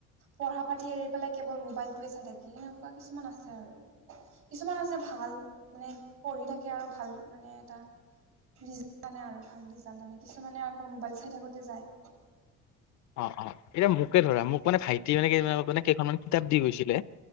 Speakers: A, on the right; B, on the left.
A: পঢ়া পাতি এৰি পেলাই কেৱল মোবাইলটোৱে চাই থাকে। তেনেকুৱা কিছুমান আছে আৰু। কিছুমান আছে ভাল মানে পঢ়ি থাকে আৰু ভাল মানে এটা ৰিজাল্ট আনে আৰু ভাল ৰিজাল্ট আনে কিছুমানে আকৌ মোবাইল চাই থাকোতে যায়।
B: অ অ এতিয়া মোকে ধৰা মোক মানে ভাইটি কেইদিন মান আগত মানে কেইখনমান কিতাপ দি গৈছিলে